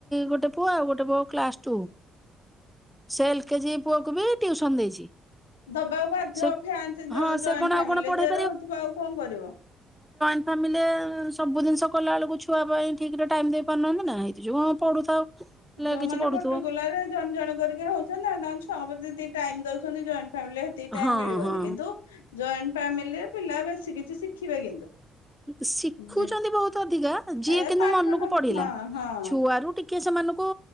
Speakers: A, in the centre; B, on the left (about 80°).
A: ଗୋଟେ ପୁଅ ଆଉ ଗୋଟେ ପୁଅ କ୍ଲାସ ଟୁ ସେ ଏଲ କେଜି ପୁଅକୁ ବି ଟ୍ୟୁସନ୍ ଦେଇଛି।
B: ଦବାକୁ ବାଧ୍ୟ୍ୟ
A: ସେ
B: <unintelligible> ଜଏଣ୍ଟ
A: ହଁ ସେ କଣ ଆଉ
B: ଫ୍ୟାମିଲି।
A: କଣ ପଢେଇ
B: ରହୁଥିବ ଆଉ କଣ କରିବ?
A: ଫ୍ୟାମିଲି ସବୁ ଜିନିଷ କଲା ବେଳକୁ ଛୁଆ ପାଇଁ ଠିକ ରେ ଟାଇମ ଦେଇ ପାରୁନାହାନ୍ତି ନା ହେଇ ଯୋଗୁ ପଢୁଥାଉ ହେଲେ
B: ଯୋଉମାନେ
A: କିଛି ପଢୁଥିବ
B: ପଟୁଗଲା ପରିକା ଜଣେ ଜଣେ କରିକି ରହୁଛନ୍ତି ତାଙ୍କ ଛୁଆଙ୍କ ପ୍ରତି ଟାଇମ ଦଉଛନ୍ତି ଜଏ ଫ୍ୟାମିଲିରେ
A: ହଁ
B: ମିଳିବନି
A: ହଁ
B: କିନ୍ତୁ ଜଏଣ୍ଟ ଫ୍ୟାମିଲିରେ ପିଲା ବେଶୀ କିଛି ଶିଖିବେ କିନ୍ତୁ।
A: ଶିଖୁଛନ୍ତି
B: ଯେ
A: ବହୁତ ଅଧିକା ଯିଏ
B: ଏ
A: କିନ୍ତୁ
B: ପାଠଟା
A: ମନକୁ ପଢିଲା
B: ହଁ ହଁ
A: ଛୁଆରୁ ଟିକେ କିଏ ସେମାନଙ୍କୁ